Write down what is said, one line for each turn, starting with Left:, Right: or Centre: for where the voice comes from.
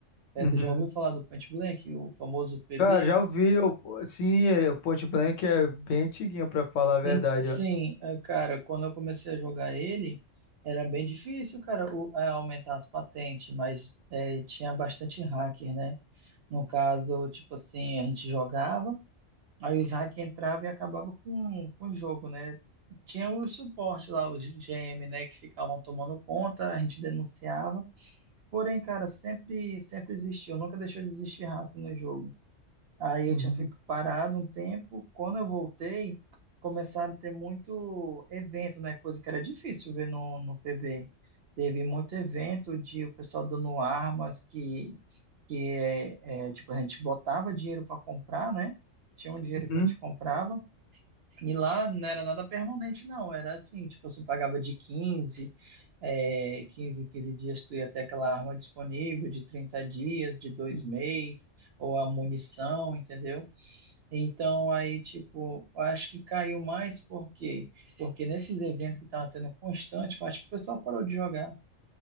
Right: É,
Left: Uhum.
Right: tu já ouviu falar do Point Blank, o famoso PB?
Left: Cara, já ouvi. Eu, sim, é, o Point Blank é bem antiguinho, pra falar a verdade,
Right: E, sim,
Left: ó.
Right: é, cara, quando eu comecei a jogar ele, era bem difícil, cara, o- é, aumentar as patentes, mas é, tinha bastante hacker, né? No caso, tipo assim, a gente jogava. Aí os hack entravam e acabavam com, com o jogo, né? Tinha o suporte lá, os GM, né, que ficavam tomando conta, a gente denunciava. Porém, cara, sempre, sempre existiu, nunca deixou de existir hack no jogo. Aí eu
Left: Uhum.
Right: tinha ficado parado um tempo. Quando eu voltei, começaram a ter muito evento, né? Coisa que era difícil ver no, no PB. Teve muito evento de o pessoal dando armas que, que é, é, tipo, a gente botava dinheiro para comprar, né? Tinha um dinheiro
Left: Uhum.
Right: que a gente comprava. E lá não era nada permanente, não. Era assim, tipo, você pagava de 15 é, 15 15 dias tu ia ter aquela arma disponível, de 30 dias, de dois
Left: Uhum.
Right: meses ou a munição, entendeu? Então, aí, tipo, eu acho que caiu mais porque, porque nesses eventos que estavam tendo constante, eu acho que o pessoal parou de jogar